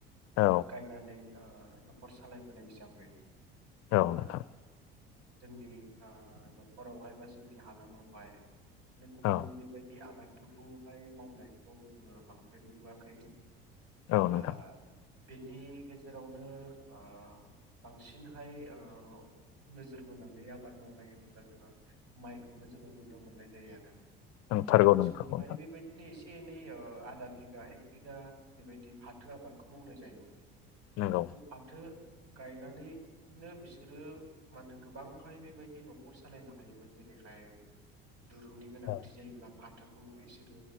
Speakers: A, on the left (about 55°); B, on the right (about 55°).
A: औ
B: गायनानै ओ न'खर सालायबोनाय हिसाबै
A: औ
B: ओ
A: नोंथां
B: जोंनि ओ न'खरावहाय बा जोंनि हालामावहाय गुबुन
A: औ
B: बेबायदि आबादफोरखौहाय मावनायखौ जोङो बांद्राय नुबोआखै
A: औ नोंथां
B: आं बेनि गेजेरावनो ओ बांसिनहाय ओ नोजोर बोनानै आबाद मावनाय होनो <unintelligible> जोंआ माइखौनो जोङो नुनो मोननाय जायो आरो
A: नोंथारगौ
B: गोदोनि
A: नोंथारगौ
B: समावहाय
A: नोंथां
B: बेबायदिनो एसे‌ एसे एनै ओ आदा बिगा एक बिगा बेबायदि फाथो आबादखौ मावनाय जायोमोन। <inaudible>
A: नंगौ
B: बे फाथो गायनानैनो बिसोरो मान गोबांहाय बेबायदि न'खर खर सालायनो हायोमोन जेरैहाय दुरुंनि गोनांथि
A: औ
B: जायोब्ला फाथोखौ इसोरो